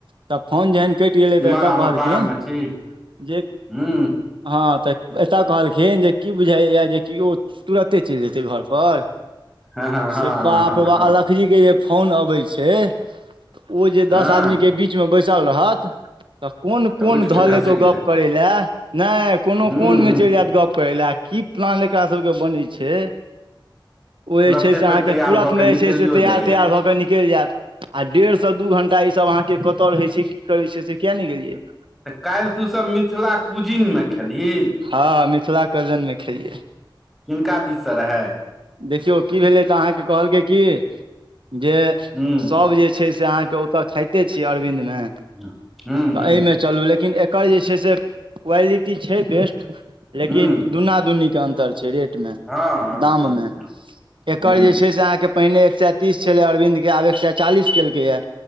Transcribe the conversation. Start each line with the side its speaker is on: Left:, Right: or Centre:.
Right: तऽ फोन जेहन कटि गेलै
Centre: इम्हर
Right: तऽ एतऽ
Centre: आम्हर
Right: कहलखिन
Centre: बाहरमे छी
Right: जे
Centre: हूँ
Right: हँ तऽ एतय कहलखिन जे की बुझाइए जे कि ओ तुरत ते चेल जेतै घर पर
Centre: हँ हँ हँ
Right: से बाप
Centre: हँ
Right: रे बाप
Centre: हँ
Right: लकजी के जे फोन अबै छै तऽ ओ जे
Centre: हँ
Right: दस आदमीके बीचमे बैसल रहत तऽ कोन
Centre: तऽ
Right: कोन
Centre: उठि कऽ
Right: धऽ
Centre: घसकि
Right: लेतो गप्प
Centre: जाय
Right: करय लए नय कोनो
Centre: हूँ
Right: कोनमे
Centre: हूँ
Right: चेल जायत गप्प करै लए की प्लान एकरा सबके बनै छै ओ
Centre: तुरते
Right: जे छै से
Centre: फेर
Right: अहाँके
Centre: तैयार
Right: तुरन्तमे
Centre: भऽ के निकलियो
Right: जे छै से तैयार
Centre: जाइया
Right: तैयार भऽ कऽ निकेल जायत आ डेढ़ से दू घंटा ईसभ अहाँके कतऽ रहै छै की करै छै से किया ने गेलियै
Centre: तऽ काल्ह तूसभ मिथिला कुजिनमे खेलही
Right: हँ मिथिला कजन मे खेलियै
Centre: किनका दिस से रहै
Right: देखियौ की भेलै तऽ अहाँके कहलकै की जे
Centre: हूँ
Right: तब जे छै से अहाँ त ओत खाइते छी अरविन्द मे
Centre: हूँ
Right: तऽ
Centre: हूँ
Right: एमे चलु लेकिन एय एकर जे छै से क्वालिटी छै बेस्ट
Centre: हूँ
Right: लेकिन दुन्ना दुनीके अन्तर छै रेट रेट में
Centre: हँ हँ
Right: दाम
Centre: हँ
Right: में एकर
Centre: हूँ
Right: जेछै से अहाँ के पहिने एक सए तीस छलै अरविन्द के आब एक सए चालीस केलकैया